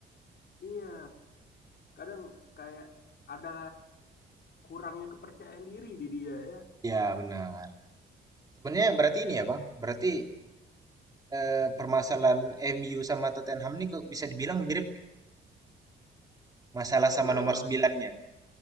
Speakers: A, on the left; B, on the right.
A: Iya, kadang kayak ada kurangnya kepercayaan diri di dia ya.
B: Ya benar. Sebenarnya berarti ini ya Bang, berarti eh, permasalahan MU sama Tottenham nih kok bisa dibilang mirip nih, masalah sama
A: Iya
B: nomor
A: bang,
B: sembilannya.